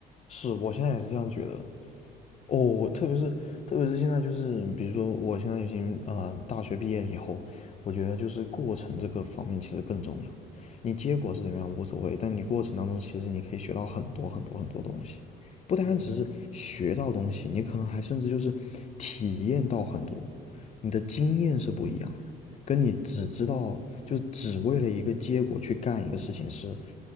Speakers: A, on the left (about 40°); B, on the right (about 65°).
A: 是我现在也是这样觉得。哦，我特别是特别是现在就是，比如说我现在已经啊、呃大学毕业以后，我觉得就是过程这个方面其实更重要。你结果是怎么样无所谓，
B: 嗯
A: 但你过程当中其实你可以学到很多很多很多东西，不单单只是学到东西，
B: 嗯
A: 你可能还甚至就是体验到很多，你的经验是不一样的，跟你只知道就只为了一个结果去干一个事情是
B: 嗯，